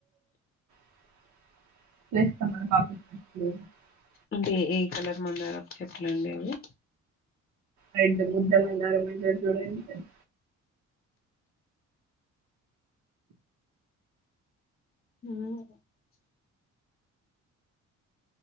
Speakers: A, on the right; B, on the left.
A: <unintelligible>
B: అంటే ఏ ఏ కలర్ మందర చెట్లండి అవి
A: రెడ్ ముద్ద మందరం అంటారు చూడండి ఆది
B: హమ్